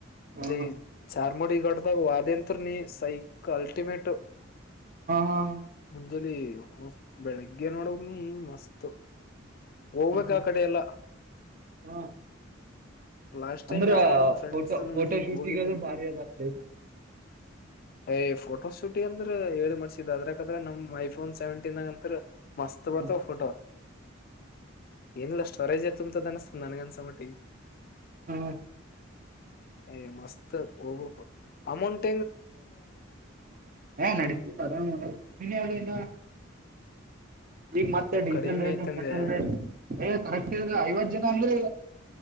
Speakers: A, on the right; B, on the left.
A: ಹಾ
B: ಅಲ್ಲಿ
A: ಹಾ
B: ಚಾರ್ಮುಡಿ ಗಡ್ದಾಗ ವಾದ್ಯಂತ್ ನೀ ಸೈಕ್ ಅಲ್ಟಿಮೇಟ್
A: ಹಾ
B: ಮುಂಜಲಿಿ ಬೆಳಿಗ್ಗೆ ನೋಡೋಗ ನೀ ಮಸ್ತ್ ಹೋಗ್ಬೇಕ್
A: ಹ್ಮ್ ಹ್ಮ್
B: ಆ ಕಡೆ ಎಲ್ಲ
A: ಹ್ಮ
B: ಲಾಸ್ಟ್ ಟೈಮ್
A: ಅಂದ್ರ
B: ನಾನ ನಮ್ ಫ್ರೆಂಡ್ಸ್
A: ಫೋಟೋ
B: ನಮ್
A: ಫೋಟೋ ಶೂಟಗದು್ರೂ
B: ಹೋಗಿದ್ದೆ
A: ಬಾರಿ ಅದ ಪ್ಲೇಸ್ ಅ
B: ಯ್ ಫೋಟೋ ಶೂಟಿ ಅಂದ್ರ ಹೇಳಿ ಮಾಡ್ಸಿದ ಅದ್ರಕದ್ರ ನಮ್ ಐಫೋನ್ ಸೆವೆಂಟೀನ್ಗಂತ್ರ ಮಸ್ತ್
A: ಹಾ
B: ಬರ್ತಾವ ಫೋಟೋ ಏನಿಲ್ಲ ಸ್ಟೋರೇಜ್ ತುಮ ಅನಸ್ ನನಗನ್ಸಮ್ಮಟ್ಟಿ
A: ಹಾ
B: ಏ ಮಸ್ತ್ ಓಬ ಎಮಂಟ
A: ನಡತ ಕಮ್ಮನಿ ಆಗನ್ನ ಈಗ ಮತ್ತೆ ಡೀಸೆಲ್
B: ಕಡಿಮೆ
A: ರೇಟ್
B: ಐತಂದೆ
A: ಪೆಟ್ರೋಲ್ ರೇಟ್ ಏ ಕರೆಕ್ಟ್ ಐವತ್ತು ಜನ ಅಂದ್ರೆ